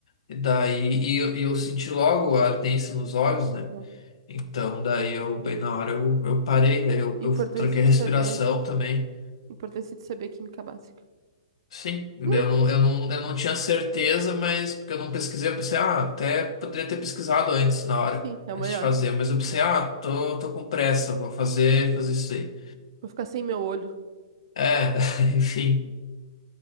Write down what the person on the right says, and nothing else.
uhum.
Importância
de
saber.
Importância de saber química básica.
<laughs>
Sim, é o
melhor.
Vou ficar sem meu olho.